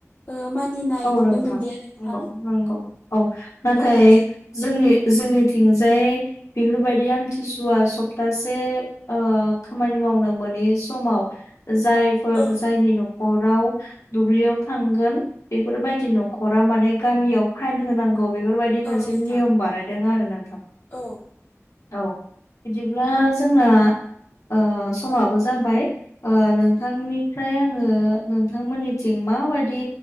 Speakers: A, on the left (about 50°); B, on the left (about 75°).
A: ओ मानिनाय
B: औ
A: नुनो
B: नोंथां
A: मोनलिया नोंथां
B: नगौ नंगौ औ नाथाय
A: औ
B: जोंनि जोंनिथिंजाय बेफोरबायदि आमथिसुवा सप्तासे ओ खामानि मावनो मोनि समाव जाय फोर
A: औ
B: जायनि न'खराव दुब्लियाव थांगोन बेफोरबायदि न'खरा माने गामियाव फाइन होनांगौ बेफोरबायदि
A: औ
B: मोनसे
A: नोंथां
B: नियम बानाय दों आरो नोंथां
A: औ
B: औ बिदिब्ला जोंना ओ
A: औ
B: समाबो जाबाय ओ नोंथांनिफ्राय आङो नोंथांमोननिथिं माबायदि